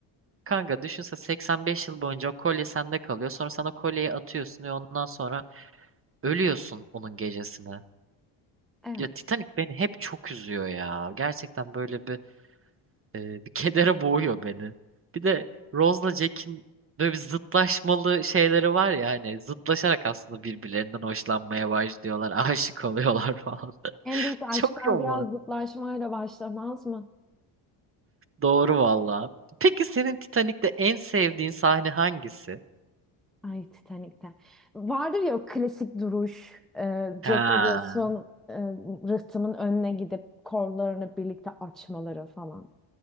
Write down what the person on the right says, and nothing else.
kanka düşünse 85 yıl boyunca o kolye sende kalıyor. Sonra sana kolyeyi atıyorsun ve ondan sonra ölüyorsun onun gecesine.
Ya Titanic beni hep çok üzüyor ya. Gerçekten böyle bir Ee, bir kedere boğuyor beni. Bir de Rose'la Jack'in böyle bir zıtlaşmalı şeyleri var ya hani zıtlaşarak aslında birbirlerinden hoşlanmaya başlıyorlar, <laughs> aşık oluyorlar falan. <laughs>
Çok roman.
Doğru valla. Peki senin Titanic'te en sevdiğin sahne hangisi?
Ha.